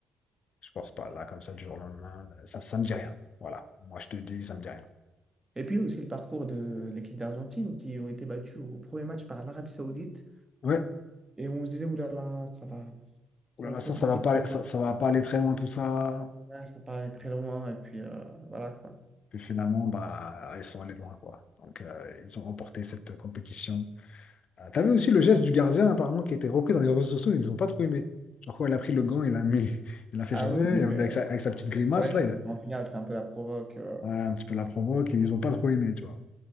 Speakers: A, on the left; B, on the right.
A: Je pense pas. Là, comme ça, du jour au lendemain, euh, ça, ça me dit rien. Voilà. Moi, je te dis, ça me dit rien.
B: et puis aussi le parcours de l'équipe d'Argentine qui ont été battus au premier match par l'Arabie Saoudite.
A: Ouais,
B: Et on se disait, oulala, ça va,
A: oh
B: ça
A: là
B: va
A: là,
B: être
A: ça,
B: compliqué
A: ça va pas,
B: pour
A: aller- ça,
B: eux,
A: ça va pas aller très loin tout ça.
B: Ouais, ça va aller très loin. Et puis euh, voilà quoi.
A: Puis finalement, bah, ils sont allés loin, quoi. Donc, euh, ils ont remporté cette compétition. Euh, t'as aussi le geste du gardien, apparemment, qui a été repris dans les réseaux sociaux, ils n'ont pas trop aimé. Genre, quoi, il a pris le gant, il a mis, <laughs> il a fait
B: Ah
A: genre,
B: oui,
A: euh,
B: oui,
A: avec
B: euh,
A: sa, avec sa petite grimace,
B: ouais,
A: là,
B: ça,
A: il a,
B: c'est en finale, c'est un peu la provoque. euh,
A: ouais, un petit peu la provoque,
B: la provoque.
A: et ils n'ont pas trop aimé, tu vois.